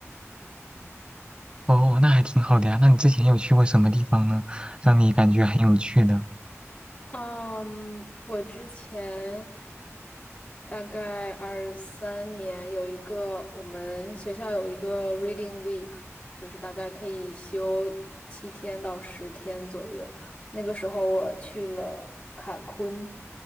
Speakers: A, on the right (about 20°); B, on the left (about 35°).
A: 哦，那还挺好的呀。那你之前有去过什么地方呢？让你感觉很有趣的？
B: 嗯，我之前大概二三年有一个我们学校有一个 Reading Week，就是大概可以休七天到十天左右。那个时候我去了坎昆，